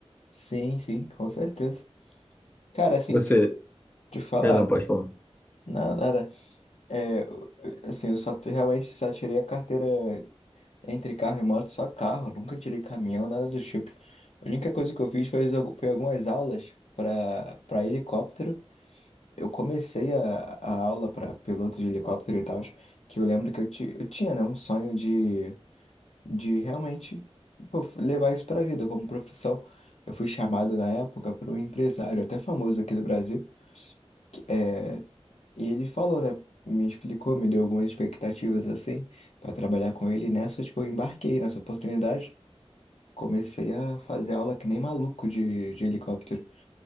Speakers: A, on the left; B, on the left.
A: Sim, sim, com certeza. Cara, assim,
B: Você,
A: tipo, te falar,
B: perdão, pode falar.
A: nada, nada. É, eu- eu- assim, eu só realmente só tirei a carteira entre carro e moto, só carro. Nunca tirei caminhão, nada do tipo. A única coisa que eu fiz foi, foi algumas aulas pra, pra helicóptero. Eu comecei a, a aula para piloto de helicóptero e tal, que eu lembro que eu, ti- eu tinha, né, um sonho de, de realmente, pô, levar isso para a vida como profissão. Eu fui chamado na época por um empresário até famoso aqui do Brasil, que, é, e ele falou, né, me explicou, me deu algumas expectativas assim para trabalhar com ele. E nessa, tipo, eu embarquei nessa oportunidade. Comecei a fazer aula que nem maluco de, de helicóptero.